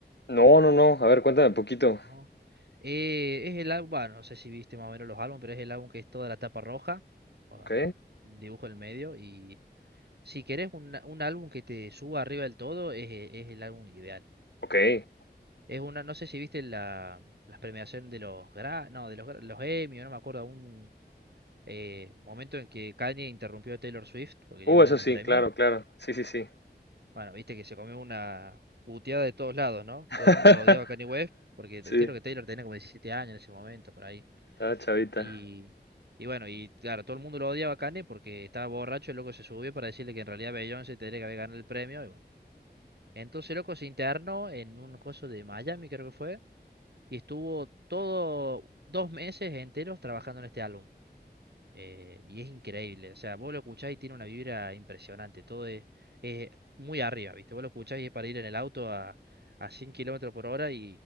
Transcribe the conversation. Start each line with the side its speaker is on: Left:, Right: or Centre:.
Left: No, no, no. A ver, cuéntame un poquito.
Right: No. Eh, es el álbum, bueno, no sé si viste más o menos los álbumes, pero es el álbum que es toda la tapa roja, con
Left: Ok,
Right: un dibujo en el medio, y si querés un, un álbum que te suba arriba del todo, es, es el álbum ideal.
Left: ok.
Right: Es una, no sé si viste la, las premiaciones de los gra, no, de los, gra- los Emmy, no me acuerdo, un eh, momento en que Kanye interrumpió a Taylor Swift porque le
Left: Uh,
Right: iban
Left: eso
Right: a dar
Left: sí,
Right: un premio.
Left: claro, claro. Sí, sí, sí.
Right: Bueno, viste que se comió una puteada de todos lados, ¿no?
Left: <laughs>
Right: Todo el mundo lo odiaba a Kanye West porque
Left: Sí,
Right: te- creo que Taylor tenía como 17 años en ese momento, por ahí.
Left: estaba chavita.
Right: Y, y bueno, y claro, todo el mundo lo odiaba a Kanye porque estaba borracho, el loco se subió para decirle que en realidad Beyoncé tendría que haber ganado el premio y bueno. Entonces, el loco, se internó en un coso de Miami, creo que fue, y estuvo todo dos meses enteros trabajando en este álbum. eh, y es increíble, o sea, vos lo escuchás y tiene una vibra impresionante, todo es, es muy arriba, ¿viste? Vos lo escuchás y es para ir en el auto a, a 100 kilómetros por hora y,